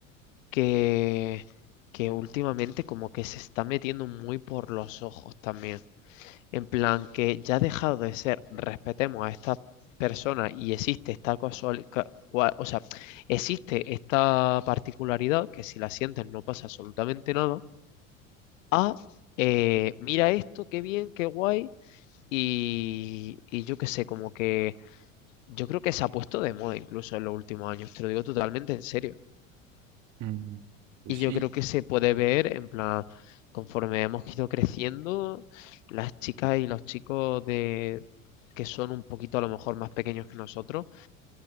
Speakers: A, on the left; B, on the right.
A: que, que últimamente como que se está metiendo muy por los ojos también. En plan, que ya ha dejado de ser, respetemos a esta persona y existe esta casual- ca- cua- o sea, existe esta particularidad que si la sientes no pasa absolutamente nada. A, eh, mira esto, qué bien, qué guay Y, y yo qué sé, como que yo creo que se ha puesto de moda incluso en los últimos años, te lo digo totalmente en serio.
B: Mm, Pues
A: Y
B: sí.
A: yo creo que se puede ver en plan, conforme hemos ido creciendo, las chicas y los chicos de que son un poquito a lo mejor más pequeños que nosotros